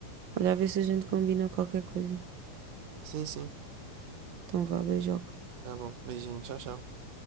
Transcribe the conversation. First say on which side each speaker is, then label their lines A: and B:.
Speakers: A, on the right (about 50°); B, on the right (about 75°).
A: Olha, a ver se a gente combina qualquer coisa.
B: Sim, sim.
A: Então vá, beijoca.
B: Tá bom. Beijinho. Tchau, tchau.